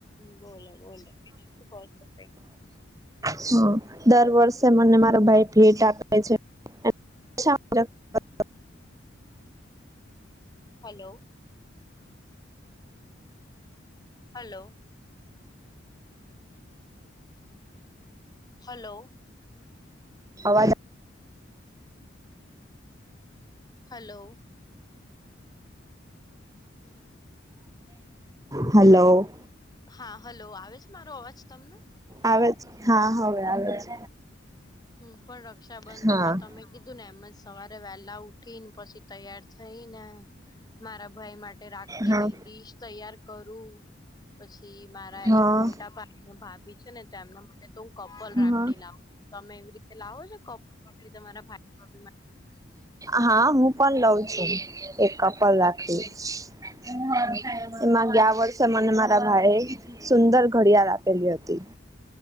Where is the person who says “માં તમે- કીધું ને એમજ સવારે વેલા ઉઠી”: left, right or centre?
Left